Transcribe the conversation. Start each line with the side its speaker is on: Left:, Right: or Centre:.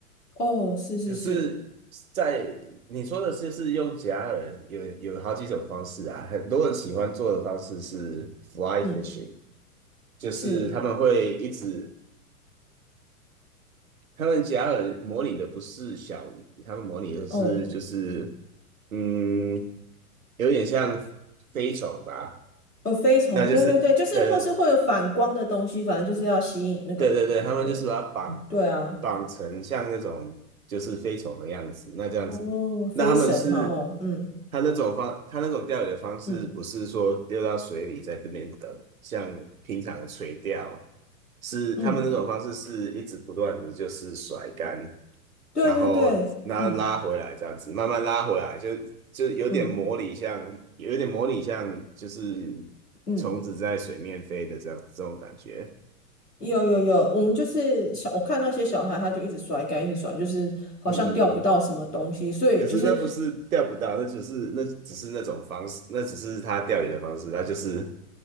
Left: 哦，是是是，
Right: 可是在，你说的是是用假饵，有有好几种方式啊。很多人喜欢做的方式是 fly
Left: 嗯，
Right: fishing，就是他们会一直，
Left: 是
Right: 他们假饵模拟的不是小鱼，他们模拟的是就是
Left: 哦，
Right: 嗯，有点像飞虫吧，
Left: 呃，飞虫，
Right: 那就是的。
Left: 对对对，就是或是会有反光的东西，反正就是要吸引那个鱼就对了
Right: 对对对，他们就是把它绑
Left: 对啊，
Right: 绑成像那种就是飞虫的样子。那这样子，
Left: 哦，飞神哈，
Right: 那他们是
Left: 哦，嗯
Right: 他那种方，他那种钓鱼的方式不是说丢到水里在这边等，
Left: 嗯
Right: 像平常的垂钓，是他们那种方式是一直不断的就是甩竿，
Left: 嗯，对对对，
Right: 然后拉拉回来这样子，
Left: 嗯
Right: 慢慢拉回来，就就有点模拟像，
Left: 嗯
Right: 有点模拟像就是
Left: 嗯，
Right: 虫子在水面飞的这样这种感觉。
Left: 有有有，我们就是小，我看那些小孩，他就一直甩竿，一直甩，就是好像钓不到什么东西，
Right: 嗯嗯嗯
Left: 所以就是。
Right: 可是那不是钓不到，那只是那只是那种方式，那只是他钓鱼的方式，他就是